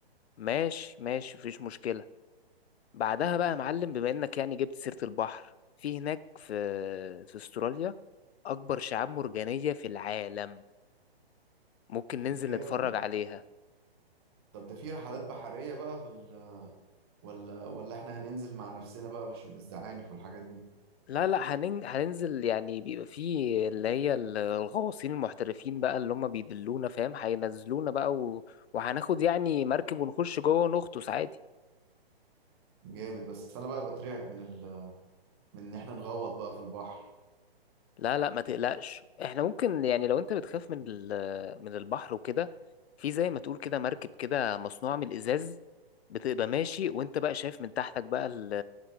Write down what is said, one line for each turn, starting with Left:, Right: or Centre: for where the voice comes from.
Left: ماشي ماشي مفيش مشكلة بعدها بقى يا معلم بما انك يعني جبت سيرة البحر في هناك في في استراليا أكبر شعاب مرجانية في العالم ممكن ننزل
Right: جامد
Left: نتفرج عليها
Right: طب ده في رحلات بحريه بقى في ال... ولا ولا احنا هننزل مع نفسنا بقى بش... بالزعانف والحاجات دي
Left: لا لا هنن... هننزل يعني بيبقى فيه اللي هي ال- الغواصين المحترفين بقى اللي هم بيدلونا فاهم هينزلونا بقى و... وهناخد يعني مركب ونخش جوه ونغطس عادي
Right: جامد بس انا بقى بترعب من ال... من ان احنا نغوط بقى في البحر
Left: لا لا ما تقلقش احنا ممكن يعني لو انت بتخاف من ال... من البحر وكده في زي ما تقول كده مركب كده مصنوعة من الإزاز بتبقى ماشي وانت بقى شايف من تحتك بقى ال...